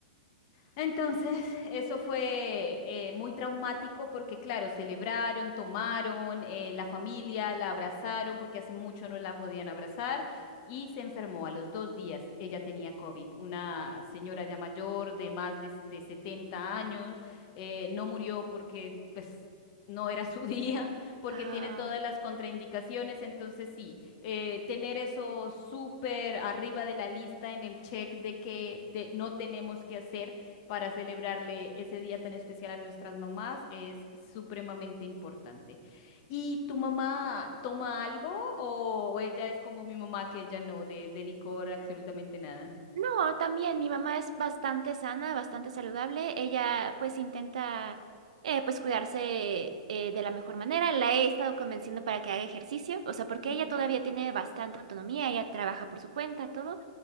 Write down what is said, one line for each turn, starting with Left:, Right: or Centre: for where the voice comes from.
Left: Entonces, eso fue eh, muy traumático porque, claro, celebraron, tomaron, eh, la familia la abrazaron porque hace mucho no la podían abrazar y se enfermó a los dos días. Ella tenía COVID, una señora ya mayor de más de, de 70 años, eh, no murió porque, pues, no era su <laughs> día, porque
Right: Ah.
Left: tiene todas las contraindicaciones. Entonces, sí, eh, tener eso súper arriba de la lista en el check de que te- no tenemos que hacer para celebrarle ese día tan especial a nuestras mamás es supremamente importante. ¿Y tu mamá toma algo o ella es como mi mamá que ella no, de, de licor absolutamente nada?
Right: No, también mi mamá es bastante sana, bastante saludable. Ella pues intenta eh, pues cuidarse eh, de la mejor manera. La he estado convenciendo para que haga ejercicio, o sea, porque
Left: Ujú.
Right: ella todavía tiene bastante autonomía, ella trabaja por su cuenta, todo,